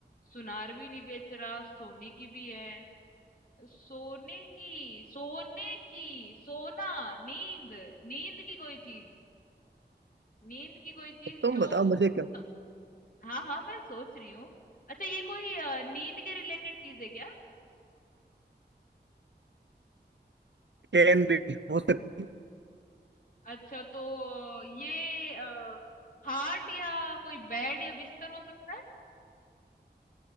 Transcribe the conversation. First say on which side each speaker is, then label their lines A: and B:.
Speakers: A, on the left (about 50°); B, on the right (about 85°).
A: सुनार भी नहीं बेच रहा सोने की भी है सोने की सोने की सोना नींद नींद की कोई चीज नींद की कोई चीज
B: तुम
A: जो
B: बताओ मुझे क्या
A: न- हाँ हाँ मैं सोच रही हूँ अच्छा ये कोई अ, नींद के रिलेटेड चीज है क्या
B: कैन भी हो सकती
A: अच्छा तो अ, ये खाट या कोई बेड या बिस्तर हो सकता है